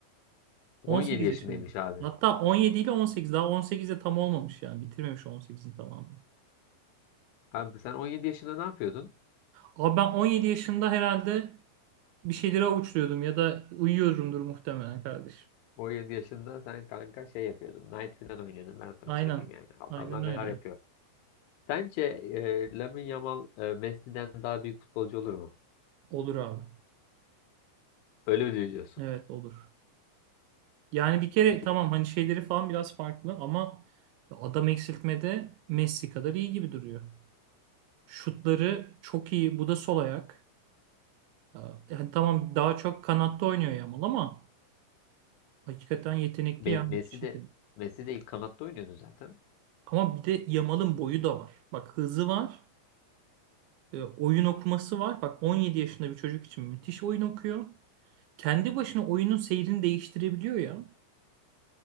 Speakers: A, on the left; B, on the right.
A: <laughs> 17
B: 18
A: yaşındaymış
B: yaşında.
A: abi.
B: Hatta 17 ile 18. Daha 18 de tam olmamış yani. Bitirmemiş 18'in tamamını.
A: Abi sen 17 yaşında ne yapıyordun?
B: Abi ben 17 yaşında herhalde bir şeyleri avuçluyordum ya da uyuyorumdur muhtemelen kardeşim.
A: 17 yaşında sen kanka şey yapıyordun. Knight falan oynuyordun ben sana
B: Aynen.
A: söyleyeyim yani. Adamlar
B: Aynen öyle.
A: neler yapıyor. Sence e, Lamine Yamal e, Messi'den daha büyük futbolcu olur mu?
B: Olur abi.
A: Öyle mi diyorsun?
B: Evet olur. Yani bir kere
A: Peki
B: tamam hani şeyleri falan biraz farklı ama adam eksiltmede Messi kadar iyi gibi duruyor. Şutları çok iyi. Bu da sol ayak. Ee, Yani tamam daha çok kanatta oynuyor Yamal ama hakikaten yetenekli
A: Me-
B: ya müthiş
A: Messi de
B: yetenekli.
A: Messi de ilk kanatta oynuyordu zaten.
B: Ama bir de Yamal'ın boyu da var. Bak hızı var. e, Oyun okuması var. Bak 17 yaşında bir çocuk için müthiş oyun okuyor. Kendi başına oyunun seyrini değiştirebiliyor ya.